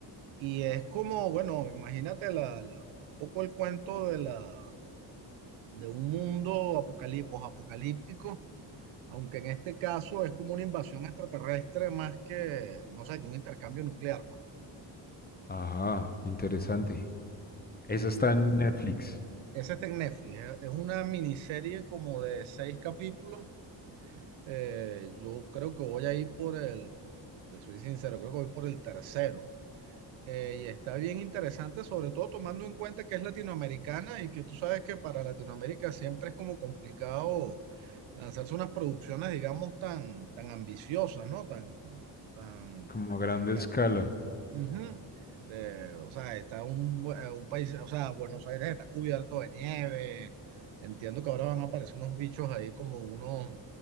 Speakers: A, on the right; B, on the left.
A: y es como, bueno, imagínate la, la- un poco el cuento de, la, de un mundo apocalipos apocalíptico. Aunque en este caso es como una invasión extraterrestre más que, no sé, que un intercambio nuclear, pues.
B: Ajá, interesante. Esa
A: Sí,
B: está en Netflix,
A: Esa está en Netflix. Es es una miniserie como de seis capítulos. Eh, yo creo que voy a ir por el, te soy sincero, creo que voy por el tercero. Eh, y está bien interesante, sobre todo tomando en cuenta que es latinoamericana y que tú sabes que para Latinoamérica siempre es como complicado lanzarse unas producciones, digamos, tan, tan ambiciosas, ¿no? Tan, tan,
B: como a grande
A: eh, ca-
B: escala.
A: Ujú. Eh, o sea, está un, bu- eh, un país, o sea, Buenos Aires está cubierto de nieve. Entiendo que ahora van a aparecer unos bichos ahí como unos,